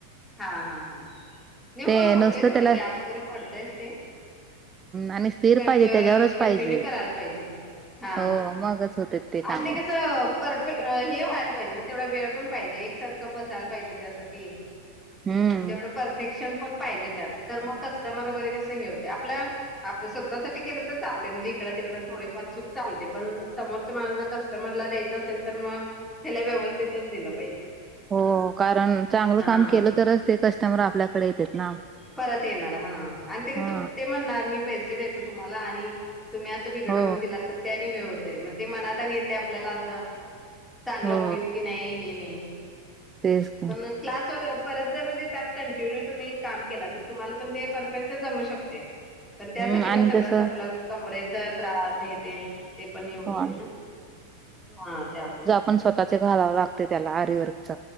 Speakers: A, in the centre; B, on the right.
A: हा हा हा नाही हो
B: ते नुसतं
A: होते, थोडं
B: त्याला
A: गॅप वगैरे पडतयच ते
B: आणि स्थिर
A: कडं
B: पाहिजे त्याच्यावरच
A: कंटिन्यू
B: पाहिजे
A: करायला पाहिजे. हा
B: हो
A: हा
B: मगच होते
A: आणि
B: काम
A: ते कसं परे हे व्हायला पाहिजे ना, तेवढा वेळ पण पाहिजे, एक सारखं बसायला पाहिजे त्यात ते
B: हम्म
A: आणि तेवढं परफेक्शन पण पाहिजे त्यात. तर, मग कस्टमर वगैरे कसं हे होते आपल्या आपलं स्वतःसाठी केलं तर चालते. म्हणजे, इकड- तिकडं थोडी फार चूक चालते पण समोरच माणसंच कस्टमरला द्यायचं असेल, तर मग त्याला व्यवस्थितच दिलं पाहिजे.
B: हो कारण चांगलं
A: हा
B: काम केलं तरच, ते कस्टमर आपल्याकडे येत्यात ना.
A: परत येणार. हा.. आणि ते
B: हा
A: कस ते म्हणणार मी पैसे देतो तुम्हाला आणि तुम्ही अस बिघडवून
B: हो
A: दिलात त्यानी हे होते, मग ते मनात आणि येते आपल्याला असं चांगलं
B: हो
A: होईल की नाही हे नाही.
B: तेच की.
A: पण क्लास व परत जर म्हणजे त्यात कंटिन्यू तुम्ही काम केल तर तुम्हाला पण ते परफेक्ट जमू शकते. पण त्यासाठी
B: हम्म
A: मग
B: आणि
A: सगळंच
B: तसं
A: आपलं कमरेचा त्रास हे ते, ते पण हे होते
B: हो आणि
A: ना, हा त्यामुळं
B: पण स्वतःचे घालावं लागते त्याला आरीवर्कच.